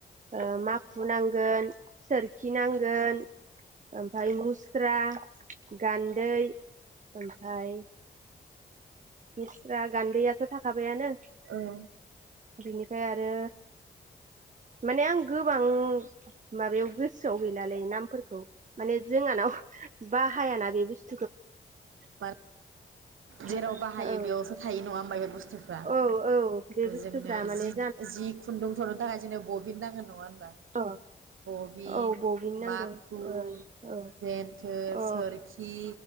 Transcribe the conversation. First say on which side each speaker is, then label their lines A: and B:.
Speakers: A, on the right; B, on the right.
A: ओ माखु नांगोन सोरखि नांगोन ओमफाय मुस स्रा गान्दै ओमफाय स्रा, गान्दैयाथ' थाखाबायानो
B: औ
A: । बिनिफाय आरो माने आं गोबां माबायाव गोसोआव गैलालै नामफोरखौ माने जोंहानाव बाहायाना बे बुस
B: मा जेराव
A: औ
B: बाहायो बेयावसो थायो नङा होमबा बे बुस्थु फ्रा
A: औ औ बे बुस्थुफ्रा
B: जोंनो
A: माने
B: जिथ जिथ खुन्दुं थुननो थाखाय जोंनो बबिन नांगोन नङा होम बा
A: जाहानाव
B: बबिन,
A: औ बबिन नांगौ
B: माखु,
A: ओ औ
B: जेन्थोर,
A: अ
B: सोरखि